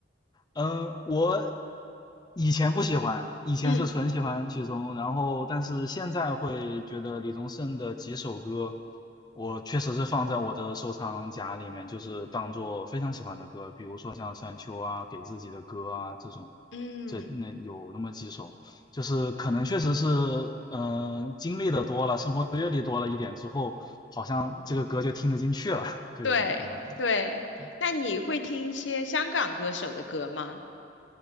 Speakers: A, on the left (about 20°); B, on the left (about 75°).
A: 嗯，我以前不喜欢，以前是纯喜欢许嵩，
B: 嗯
A: 然后但是现在会觉得李宗盛的几首歌，我确实是放在我的收藏夹里面，就是当做非常喜欢的歌，比如说像《山丘》啊、给自己的歌啊这种，
B: 嗯，
A: 这那有那么几首，就是可能确实是，嗯、经历的多了，生活阅历多了一点之后，好像这个歌就听得进去了，<laughs> 就有一种那种感觉。
B: 对对。
A: 对。
B: 那你会听一些香港歌手的歌吗？